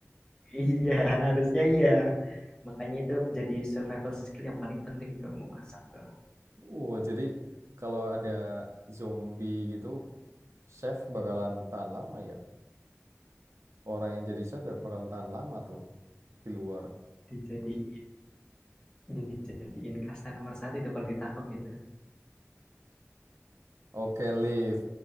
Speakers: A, on the left; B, on the right.
A: Iya, harusnya iya. Makanya itu jadi survival skill yang paling penting tuh memasak tuh.
B: Oh, jadi kalau ada zombie gitu, chef bakalan tahan lama ya. Orang yang jadi chef ya bakalan tahan lama tuh di luar.
A: Dijadi dijadiin kasta nomor satu itu kalau ditangkap itu.
B: Oke, Liv.